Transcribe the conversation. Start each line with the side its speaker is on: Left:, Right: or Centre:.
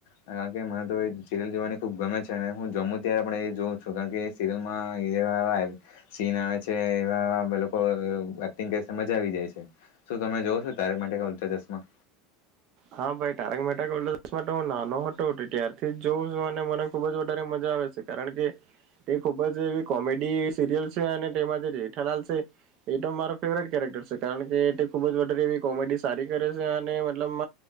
Left: કારણ કે મને તો સીરિયલ જોવાની ખૂબ ગમે છે અને હું જમ્મુ ત્યારે પણ એ જોઉં છું કારણ કે સીરિયલમાંવા સીન આવે છે એવા લોકો એક્ટિંગ કર મજા આવી જાય છે શું તમે જોવ છો તારક માટે કે ઉલચા ચશ્મા
Right: હા ભાઈ તારક મ હ નાનો હતો ત્યારથી જ જોઉં છું અને મને ખુબ જ વધારે મજા આવે છે કારણ કે એ ખુબ જ એવી કોમેડી સિરિયલ છે અને તેમાં જે જેેઠાલાલ છે એ તો મારો ફેવરેટ કેરેક્ટર છે કારણ કે ખુબ જારે એવી કોમેડી સારી કરે છે અને લબ